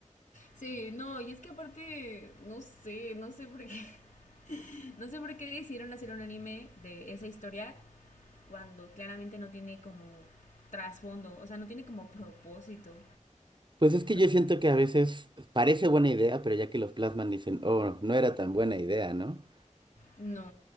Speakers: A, on the left; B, on the right.
A: Sí, no, y es que aparte, no sé, no sé por qué. <laughs> No sé por qué decidieron hacer un anime de esa historia cuando claramente no tiene como trasfondo, o sea, no tiene como propósito,
B: Pues es que
A: ¿sabes
B: yo siento
A: cómo?
B: que a veces parece buena idea, pero ya que los plasman dicen, oh, no era tan buena idea, ¿no?
A: No,